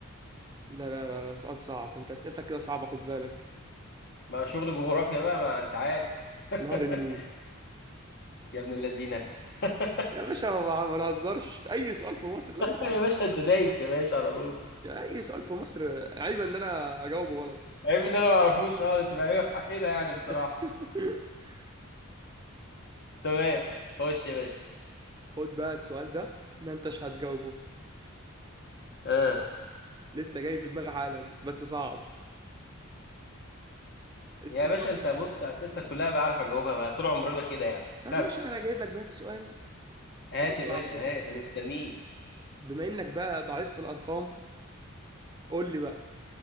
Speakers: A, on the right; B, on the left.
A: لا لا لا, لا سؤال صعب انت اسئلتك كده صعبه خد بالك
B: ما شغل جغرافيا بقى ما انت عارف <laughs>
A: نهر النيل
B: يا ابن اللذينه <laughs>
A: يا باشا ما بع- ما نهزرش اي سؤال في مصر لازم اعرفه
B: يا باشا انت دايس يا باشا على طول
A: يعني اي سؤال في مصر عيب ان انا اجاوبه غلط
B: عيب ان انا ما اعرفوش اه تبقى عيبه في حقنا يعني بصراحه
A: <laughs>
B: تمام خش يا باشا
A: خد بقى السؤال ده ما انتش هتجاوبه
B: اه
A: لسه جاي في دماغي حالا بس صعب الثوره
B: يا باشا انت بص اسئلتك كلها بعرف اجاوبها بقى طول عمرنا كده يعني
A: طب
B: خافش
A: ماشي انا جايب لك بقى في سؤال
B: هات
A: سؤال صعب
B: يا باشا
A: خد
B: هات
A: بالك
B: انا مستنيك
A: بما انك بقى ضعيف في الارقام قول لي بقى